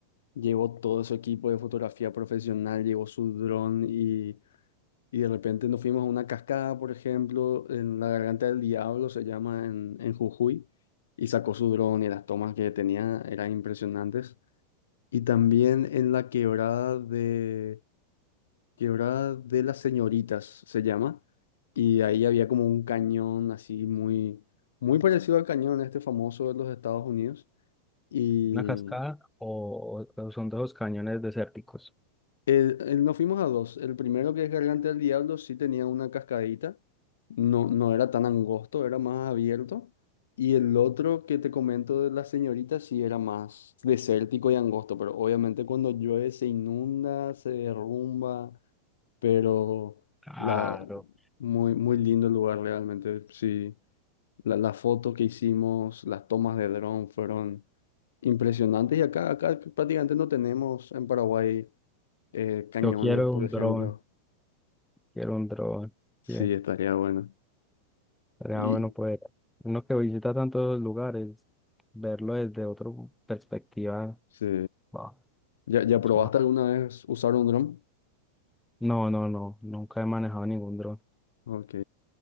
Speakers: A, on the left; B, in the centre.
A: llevó todo su equipo de fotografía profesional, llevó su dron y, y de repente nos fuimos a una cascada, por ejemplo, en la Garganta del Diablo, se llama en, en Jujuy, y sacó su dron y las tomas que tenía eran impresionantes. Y también en la quebrada de... Quebrada de las Señoritas se llama. Y ahí había como un cañón así muy, muy parecido al cañón este famoso de los Estados Unidos. Y
B: ¿Una cascada o, o son de esos cañones desérticos?
A: el- el- nos fuimos a dos. El primero que es Garganta del Diablo sí tenía una cascadita. No, no era tan angosto, era más abierto. Y el otro que te comento de las señoritas sí era más desértico y angosto, pero obviamente cuando llueve se inunda, se derrumba. pero
B: Claro.
A: la, muy, muy lindo el lugar realmente. Sí, la, la foto que hicimos, las tomas de dron fueron impresionantes y acá, acá prácticamente no tenemos en Paraguay eh, cañones,
B: Yo quiero
A: por
B: un
A: ejemplo.
B: dron, quiero un dron.
A: Sí,
B: Sí,
A: estaría bueno.
B: estaría
A: Y
B: bueno poder. Uno que visita tantos lugares, verlo desde otra perspectiva.
A: sí.
B: Wow,
A: ¿Ya, ya
B: mucho
A: probaste
B: más.
A: alguna vez usar un dron?
B: No, no, no, nunca he manejado ningún dron.
A: Ok.